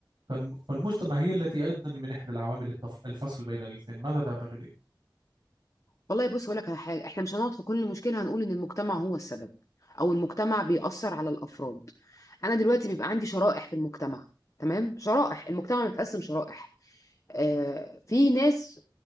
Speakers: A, on the right; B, on the left.
A: فالم- فالمجتمع هي التي أيضا من إحدى العوامل التف- الفصل بين الاثنين ماذا تعتقدين؟
B: والله بص هقولك على حاجة احنا مش هنقعد في كل مشكلة هنقول ان المجتمع هو السبب او المجتمع بيأثر على الافراد انا دلوقتي بيبقى عندي شرائح في المجتمع تمام شرائح المجتمع متقسم شرائح آه، في ناس